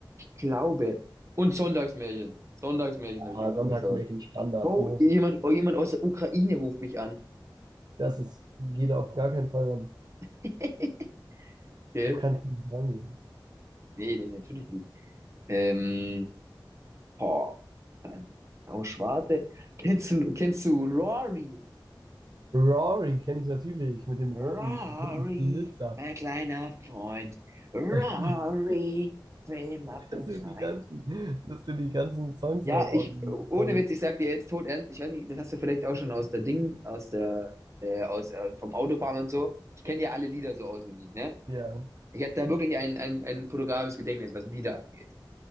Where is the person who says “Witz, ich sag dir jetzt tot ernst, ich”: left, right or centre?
Right